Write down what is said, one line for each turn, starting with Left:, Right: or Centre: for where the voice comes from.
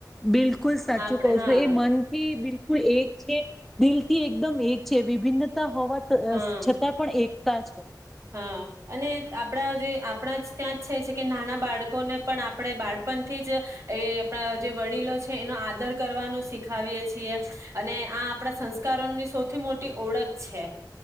Centre: બિલકુલ સાચું
Right: આપણે
Centre: કવ
Right: હા
Centre: છું એ મનથી બિલકુલ એક છે, દિલથી એક એકદમ એક છે વિભિન્ન હોવા ત
Right: હા
Centre: છતાં પણ એક કાતા છે.
Right: હા, અને આપણા જે આપણા જ ત્યાં જ છે એ છે કે નાના બાળકોને પણ આપણે બાળપણથી જ, એ આપણા જે વડીલો છે એનો આદર કરવાનું શીખાવીએ છીએ, અને આ આપણા સંસ્કારોની સૌથી મોટી ઓળખ છે.